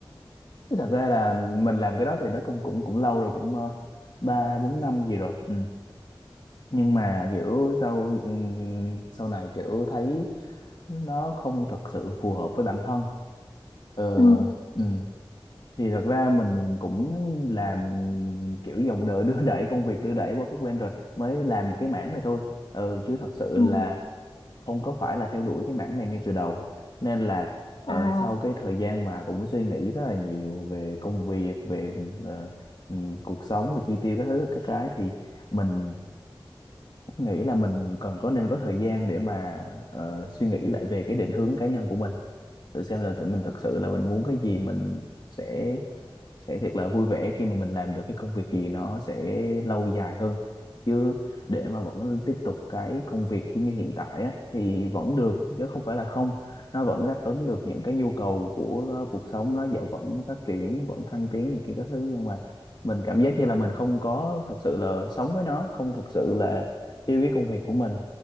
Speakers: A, on the left; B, on the left.
A: Chứ thật ra là mình làm cái đó thì nó cũng cũng cũng lâu rồi cũng ờ, ba bốn năm gì rồi ừ. nhưng mà kiểu sau ừ, sau này kiểu thấy nó không thật sự phù hợp với bản thân ờ
B: ừ.
A: ừ. thì thật ra mình cũng làm kiểu dòng đời đưa đẩy công việc đưa đẩy qua các bên rồi mới làm cái mảng này thôi ừ, chứ thật sự
B: Ừ.
A: là không có phải là theo đuổi cái mảng này ngay từ đầu nên là ờ,
B: à
A: sau cái thời gian mà cũng suy nghĩ rất là nhiều về công việc về ờ, ừm, cuộc sống về chi tiêu các thứ các cái thì mình nghĩ là mình cần có nên có thời gian để mà ờ, suy nghĩ lại về cái định hướng cá nhân của mình thử xem là tự mình thật sự là mình muốn cái gì mình sẽ sẽ thật là vui vẻ khi mà mình làm được cái công việc gì nó sẽ lâu dài hơn chứ để mà vẫn tiếp tục cái công việc khi như hiện tại á, thì vẫn được chứ không phải là không nó vẫn đáp ứng được những cái nhu cầu của uh, cuộc sống nó dạo vẫn phát triển vẫn thăng tiến này kia các thứ nhưng mà mình cảm giác như là mình không có thật sự là sống với nó không thật sự là yêu cái công việc của mình